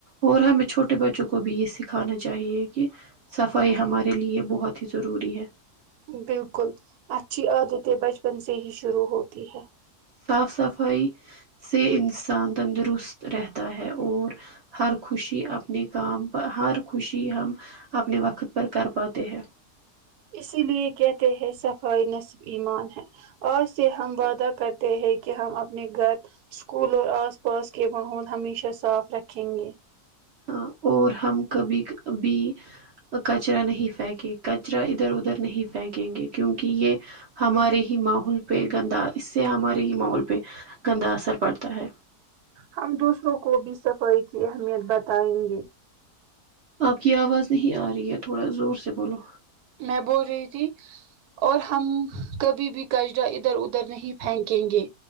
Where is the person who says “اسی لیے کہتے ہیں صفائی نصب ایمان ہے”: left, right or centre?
Right